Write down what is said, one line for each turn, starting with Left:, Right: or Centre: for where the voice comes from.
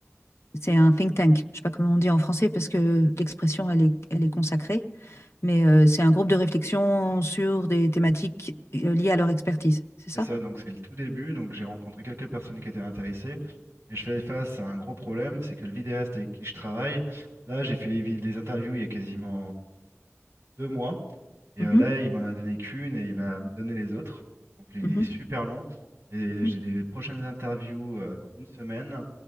Left: C'est un think tank. Je ne sais pas comment on dit en français parce que l'expression, elle est, elle est consacrée, mais euh, c'est un groupe de réflexion sur des thématiques euh, liées à leur expertise. C'est ça?
Right: C'est ça, donc c'est le tout début. Donc j'ai rencontré quelques personnes qui étaient intéressées. Mais je fais face à un gros problème, c'est que le vidéaste avec qui je travaille, là, j'ai fait les, vi- les interviews il y a quasiment deux mois. Et
Left: Mhm,
Right: euh, là, il m'en a donné qu'une et il va me donner les autres. Donc il
Left: mhm,
Right: est super long. Et
Left: mhm,
Right: j'ai des prochaines interviews euh, dans une semaine